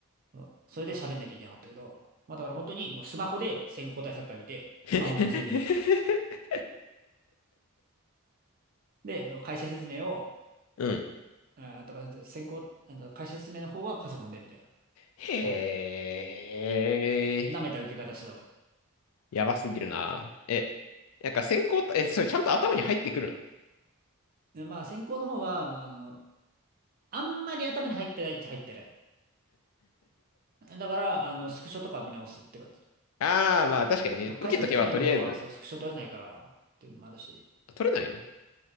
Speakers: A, on the right; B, on the left.
A: うんそれで喋んなきゃいけなかったけど、まあだから本当にもうスマホで先行対策会見て、
B: <laughs>
A: スマホのズームで。で、会社説明を、
B: うん。
A: あーだから先行、あの会社説明の方はパソコンでみたいな
B: へ
A: 感じだと。
B: え、
A: 舐めた受け方してた俺。
B: やばすぎるな。え、なんか選考た、え、それちゃんと頭に入ってくる
A: で、まあ先行の方は、まああの、あんまり頭に入ってないっちゃ入ってない。だから、あの、スクショとか見直すって感じ。
B: のああー、まあ確かにね、
A: 会社説明の方は、
B: 受けとけばとりあえず、
A: そう、スクショ取れないからっていうのもあるし、
B: 取れないの